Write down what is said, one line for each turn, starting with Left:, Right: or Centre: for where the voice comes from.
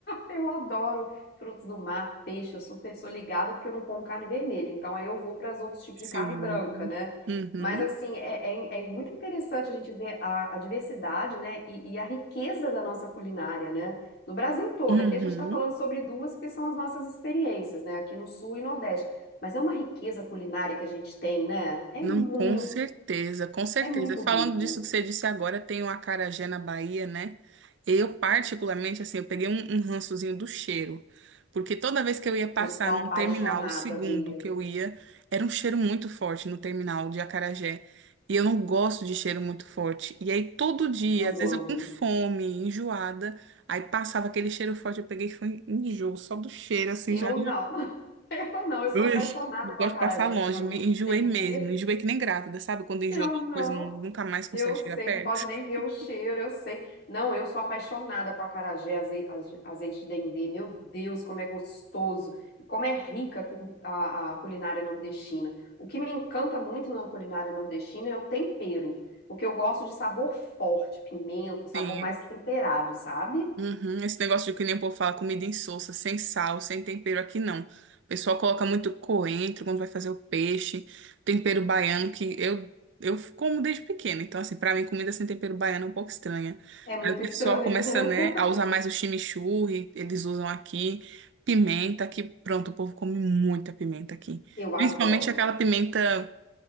Left: Eu adoro frutos do mar, peixe, eu super sou ligada porque eu não como carne vermelha, então aí eu vou para os outros tipos
Right: Sim.
Left: de carne branca, né?
Right: Uhum.
Left: Mas assim, é, é- é muito interessante a gente ver a, a diversidade, né? E, e a riqueza da nossa culinária, né? No Brasil todo,
Right: Uhum.
Left: aqui a gente está falando sobre duas que são as nossas experiências, né? Aqui no Sul e Nordeste. Mas é uma riqueza culinária que a gente tem, né? É
Right: Não,
Left: muito,
Right: com certeza, com certeza.
Left: é muito rico.
Right: Falando disso que você disse agora, tem o acarajé na Bahia, né? Eu, particularmente, assim, eu peguei um, um rançozinho do cheiro. Porque toda vez que eu ia passar
Left: Eu sou apaixonada,
Right: num terminal, o segundo
Left: Bia.
Right: que eu ia, era um cheiro muito forte no terminal de acarajé. E eu não gosto de cheiro muito forte. E aí, todo dia,
Left: Eu
Right: às vezes
Left: amo.
Right: eu com fome, enjoada, aí passava aquele cheiro forte, eu peguei e foi enjoo, só do cheiro, assim,
Left: Eu
Right: já.
Left: não. <laughs> Eu não, eu sou
Right: Ui,
Left: apaixonada
Right: eu
Left: com
Right: gosto
Left: acarajé,
Right: de passar longe,
Left: com azeite
Right: me enjoei
Left: de dendê.
Right: mesmo, enjoei que nem grávida, sabe? Quando enjoa
Left: Eu
Right: de
Left: não,
Right: uma coisa, nunca mais consegue
Left: eu sei,
Right: chegar perto.
Left: não pode nem ver o cheiro,
Right: <laughs>
Left: eu sei. Não, eu sou apaixonada com acarajé, azei- aze- azeite de dendê. Meu Deus, como é gostoso e como é rica com a, a culinária nordestina. O que me encanta muito na culinária nordestina é o tempero, porque eu gosto de sabor forte, pimenta, sabor
Right: Sim,
Left: mais temperado, sabe?
Right: Uhum, Esse negócio de que nem o povo fala, comida insossa, sem sal, sem tempero aqui não. O pessoal coloca muito coentro quando vai fazer o peixe, tempero baiano que eu eu como desde pequena. Então assim, pra mim comida sem tempero baiano é um pouco estranha.
Left: É muito
Right: Aí o pessoal
Left: estranho,
Right: começa,
Left: né?
Right: né,
Left: <laughs>
Right: a usar mais o chimichurri, eles usam aqui pimenta, que pronto, o povo come muita pimenta aqui.
Left: Eu adoro.
Right: Principalmente aquela pimenta